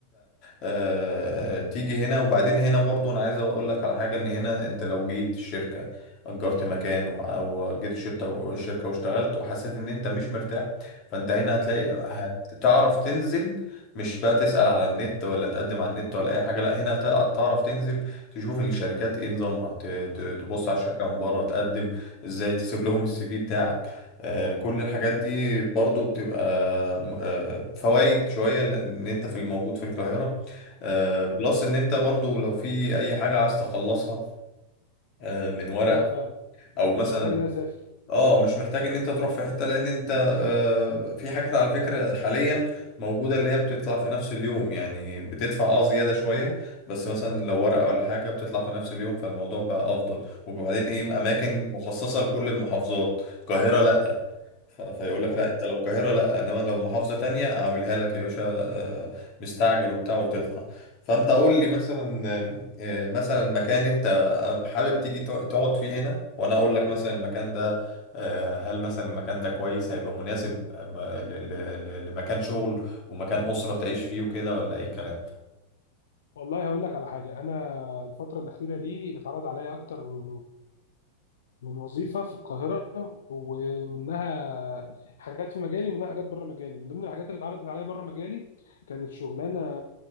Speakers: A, on the left; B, on the left.
A: آه، تيجي هنا وبعدين هنا برضو انا عايز اقول لك على حاجه ان هنا انت لو جيت الشركه اجرت مكان وع- وجيت الشركه الشركه واشتغلت وحسيت ان انت مش مرتاح فانت هنا هتلاقي هتعرف تنزل مش بقى تسأل على النت ولا تقدم على النت ولا اي حاجه لا هنا هتع- تعرف تنزل تشوف الشركات ايه نظامها ت- ت- تبص على الشركه من بره تقدم ازاي تسيب لهم السي في بتاعك آه، كل الحاجات دي برضو بتبقى آه، فوائد شوية لأن أنت في الموجود في القاهرة آه، بلس ان انت برضو لو في اي حاجة عايز تخلصها آه، من ورق
B: ايوه فعلا
A: او مثلا
B: مش هحتاج ان انا اسافر
A: اه مش محتاج ان انت تروح في حتة لان انت آه، في حاجات على فكرة حاليا موجودة اللي هي بتطلع في نفس اليوم يعني بتدفع اه زيادة شوية بس مثلا لو ورقة ولا حاجة بتطلع في نفس اليوم فالموضوع بقى افضل وبعدين ايه اماكن مخصصة لكل المحافظات القاهرة لا ف- فيقول لك
B: ايوه
A: لا انت لو القاهره لا انما لو محافظه تانية اعملها لك يا باشا آه، مستعجل وبتاع وتطلع فانت قول لي مثلا آه، مثلا مكان انت حابب تيجي تق- تقعد فيه هنا وانا اقول لك مثلا المكان ده آه، هل مثلا المكان ده كويس هيبقى مناسب أم- ل- ل- ل- لمكان شغل ومكان اسره تعيش فيه وكده ولا اي كلام
B: والله هقول لك على حاجة أنا الفترة الأخيرة دي اتعرض عليا أكتر من من وظيفة في القاهرة ومنها حاجات في مجالي ومنها حاجات بره مجالي من ضمن الحاجات اللي اتعرضت عليا بره مجالي كانت شغلانة